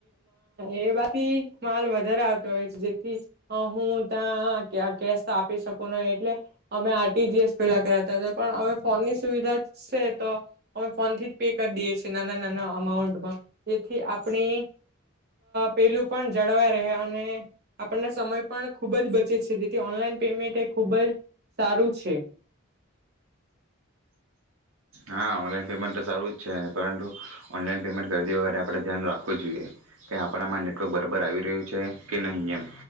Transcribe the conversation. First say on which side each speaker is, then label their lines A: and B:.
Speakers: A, on the right (about 50°); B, on the right (about 80°).
A: એથી માલ વધારે આવતો હોય છે જેથી હું ત્યાં કેશ તો આપી શકું ન એટલે અમે આરટીજીએસ પેલા કરતા હતા પણ હવે ફોનની સુવિધા છે તો અમે ફોન થી પે કરી દેએ છે નાના નાના અમાઉન્ટમાં જેથી આપણી પેલું પણ જળવાઈ રહે અને આપણના સમય પણ ખૂબ જ બચે છે જેથી ઓનલાઈન પેમેન્ટ એ ખૂબ જ સારું છે.
B: હા ઓનલાઈન પેમેન્ટ તો સારું જ છે પરંતુ ઓનલાઈન પેમેન્ટ કરતી વખતે આપડણે ધ્યાન રાખવું જોઈએ કે આપણામાં નેટવર્ક બરાબર આવી રહ્યું છે કે નહીં એમ